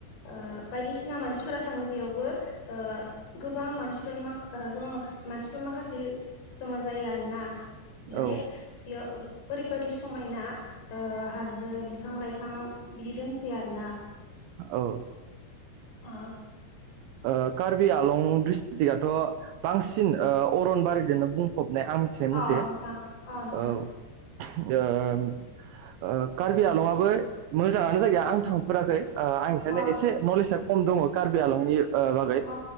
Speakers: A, on the left; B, on the right.
A: ओ बायदिसिना मानसिफोरा थांङो बियावबो ओ गोबां मानसिफोर माखा गोबां माखासे मानसिफोर माखासे जमा जायो आरोना माने
B: औ
A: बेयाव ओरैबायदि समायना ओ हाजो बिफां लाइफां बिदि दोंसोयो आरो ना।
B: औ।
A: ओ
B: ओ कार्बि आलं ड्रिस्टिकआथ बांसिन ओ अरनबारिजोंनो बुंफब नायहा मिथिनाय मथे
A: अ नोंथां अ नोंथां
B: औ। ओम ओ कार्बि आलंआबो मोजांङानो जायगाया आं थांफेराखै ओ आं एखायनो
A: अ
B: एसे
A: नोंथां
B: नलेसआ खम दंङ कार्बि आलंनि ओ बागै
A: अ